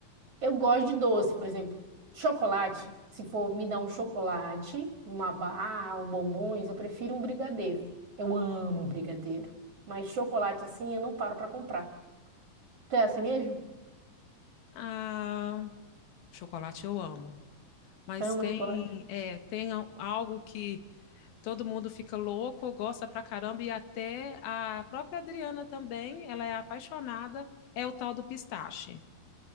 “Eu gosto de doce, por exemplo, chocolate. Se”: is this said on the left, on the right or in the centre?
Right